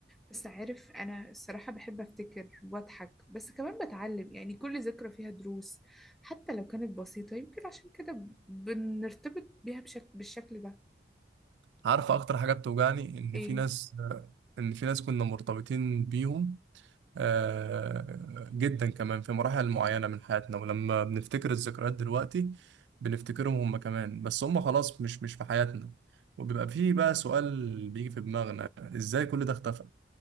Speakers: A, in the centre; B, on the right.
A: بس عارف أنا الصراحة بحب أفتكر وأضحك بس كمان بتعلم يعني كل ذكرى فيها دروس حتى لو كانت بسيطة يمكن عشان كده بنرتبط بيها بشك... بالشكل ده
B: عارف اكتر حاجه بتوجعني ان
A: إيه
B: في ناس ان في ناس كنا مرتبطين بيهم آه، جدا كمان في مراحل معينه من حياتنا ولما بنفتكر الذكريات دلوقتي بنفتكرهم هم كمان بس هم خلاص مش مش في حياتنا وبيبقى فيه بقى سؤال بيجي في دماغنا ازاي كل ده اختفى